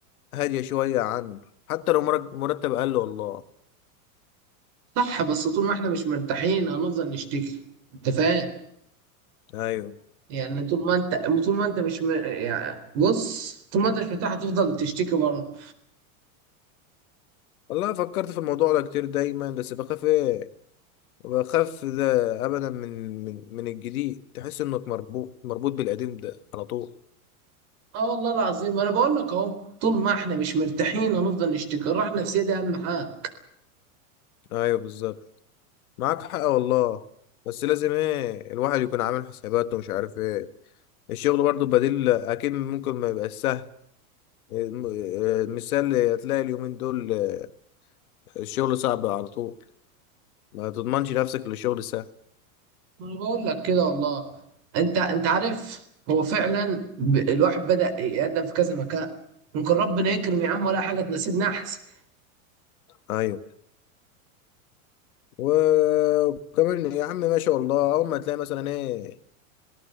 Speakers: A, on the left; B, on the right.
A: هادية شوية عنه حتى لو مرت- مرتب اقل والله
B: صح بس طول ما احنا مش مرتاحين هنفضل نشتكي انت فاهم
A: ايوه
B: يعني طول ما انت طول ما انت مش م... يعني بص طول ما انت مش مرتاح هتفضل تشتكي بره
A: والله فكرت في الموضوع ده كتير دايما بس بخاف ايه بخاف ده ابدا من من من الجديد تحس انك مربوط مربوط بالقديم ده على طول
B: اه والله العظيم انا بقول لك اهو طول ما احنا مش مرتاحين هنفضل نشتكي الراحه النفسيه دي اهم حاجه
A: ايوه بالظبط معاك حق والله بس لازم ايه الواحد يكون عامل حساباته ومش عارف ايه الشغل برضه بديل اكيد ممكن ما يبقاش سهل الم- آه، المثال هتلاقي اليومين دول آه، الشغل صعب على طول ما تضمنش نفسك للشغل سهل
B: انا بقول لك كده والله انت انت عارف هو فعلا ب... الواحد بدأ يقدم في كذا مكان ممكن ربنا يكرم يا عم ولا حاجه تناسبنا احسن
A: ايوه و- وكمان يا عم ما شاء الله اول ما تلاقي مثلا ايه